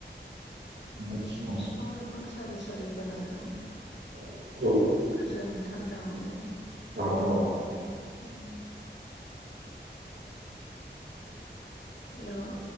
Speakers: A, on the right; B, on the left.
A: <unintelligible>
B: बिफां लाइफां सारि सारि गोनांजों
A: <unintelligible>
B: गोजोन थान्दा मोनो
A: औ औ
B: उम हेल'